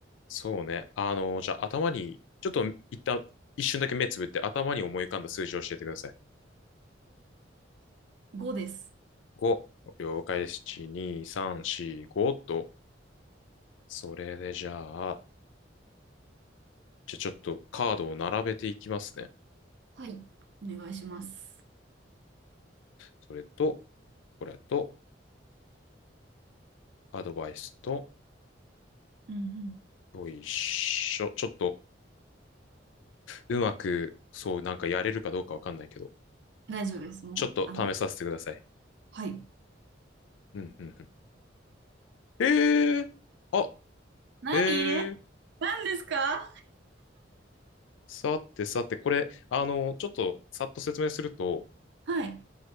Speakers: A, on the left; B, on the right.
A: そうね。あの、じゃあ頭に、ちょっと一旦、一瞬だけ目つぶって頭に思い浮かんだ数字を教えてください。
B: <laughs> 5です。
A: 5。了解です。1、2、3、4、5と。それでじゃあ、じゃあちょっとカードを並べていきますね。
B: はい、お願いします。
A: それと、これと、アドバイスと、
B: うんうん。
A: よいしょ。ちょっと、うまく、そう、なんかやれるかどうかわかんないけど、
B: 大丈夫です。もう、
A: ちょっと試させてください。
B: あの、はい。
A: うん、うん、うん。えー、あ、
B: 何
A: えー、
B: 何ですか
A: さてさて、これ、あの、ちょっとさっと説明すると、
B: はい、